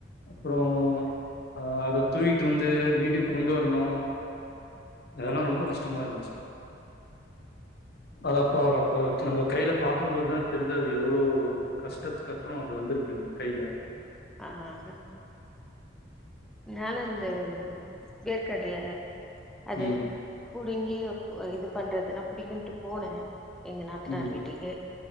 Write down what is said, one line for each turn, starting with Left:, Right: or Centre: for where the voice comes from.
Left: அப்புரோ அ அது தூயிட்டு வந்து வீட்டுக் கொண்டு வர்ணு அதெல்லா ரொம்ப கஷ் டமா இருந்துச்சு அது அப்போ அது அப்பௌ நம்ம கைல பாக்கும்போதா தெரிது எவ்ளோ கஷ்டத்துக்கப்றோ அது வந்துருக்குனு கைல
Centre: ஆஹ் நானு இந்த வேர்க்கடல அது
Left: ம்,
Centre: புடுங்கி ஒ இது பண்றதுனா புடிக்குன்ட்டு போன எங்க நாத்தனார்
Left: ம்,
Centre: வீட்டுக்கு